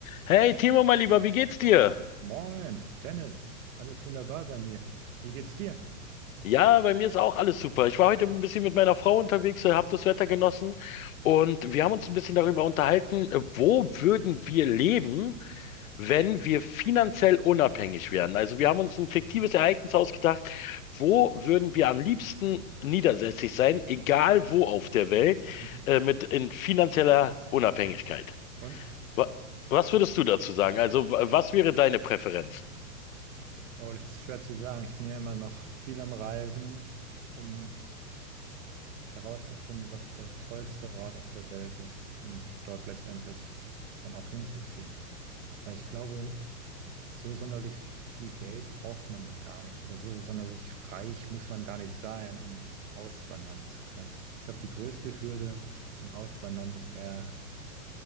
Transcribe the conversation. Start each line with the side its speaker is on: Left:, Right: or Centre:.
Left: Hey Timo, mein Lieber, wie geht's dir?
Right: Moin, Dennis. Alles wunderbar bei mir. Wie geht's dir?
Left: Ja, bei mir ist auch alles super. Ich war heute ein bisschen mit meiner Frau unterwegs, habe das Wetter genossen und wir haben uns ein bisschen darüber unterhalten, äh, wo würden wir leben, wenn wir finanziell unabhängig wären? Also wir haben uns ein fiktives Ereignis ausgedacht, wo würden wir am liebsten niedersässig sein, egal wo auf der Welt,
Right: Mhm.
Left: äh, mit in finanzieller Unabhängigkeit.
Right: Und?
Left: Wa- Was würdest du dazu sagen? Also wa- was
Right: Achso.
Left: wäre deine Präferenz?
Right: Oh, das ist schwer zu sagen. Ich bin ja immer noch viel am Reisen, um herauszufinden, was der tollste Ort auf der Welt ist, um dort letztendlich dann auch hinzuziehen. Weil ich glaube, so sonderlich viel Geld braucht man gar nicht oder so sonderlich reich muss man gar nicht sein, um auswandern zu können. Ich glaube, die größte Hürde zum Auswandern ist eher